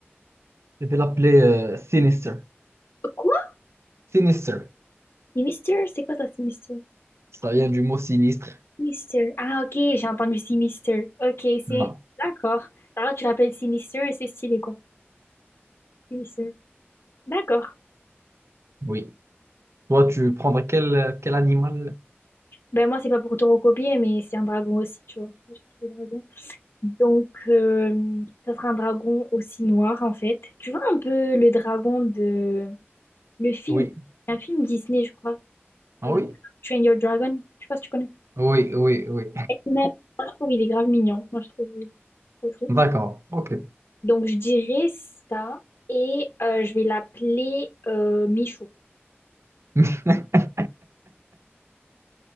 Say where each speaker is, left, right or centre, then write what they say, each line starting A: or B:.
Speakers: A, on the right; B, on the left.
A: Je vais l'appeler euh, Sinister.
B: Quoi?
A: Sinister.
B: C'est Mister? C'est quoi ça, c'est Mister?
A: Ça vient du mot sinistre.
B: Mister. Ah, ok, j'ai entendu c'est Mister. Ok, c'est...
A: Non.
B: D'accord. Alors, là, tu l'appelles Sinister et c'est stylé, quoi. Sinister. D'accord.
A: Oui. Toi, tu prendrais quel, quel animal?
B: Ben moi, c'est pas pour te recopier, mais c'est un dragon aussi, tu vois. Je kiffe les dragons. Donc, euh, ça sera un dragon aussi noir, en fait. Tu vois un peu le dragon de... Le film,
A: Oui.
B: un film Disney, je crois.
A: Ah
B: Euh,
A: oui?
B: Train Your Dragon. Je sais pas si tu connais.
A: Oui, oui, oui.
B: Et même, Moi, je trouve il est grave mignon. Moi, je trouve il est trop chou.
A: D'accord, ok.
B: Donc, je dirais ça. Et euh, je vais l'appeler euh, Michou.
A: <laughs>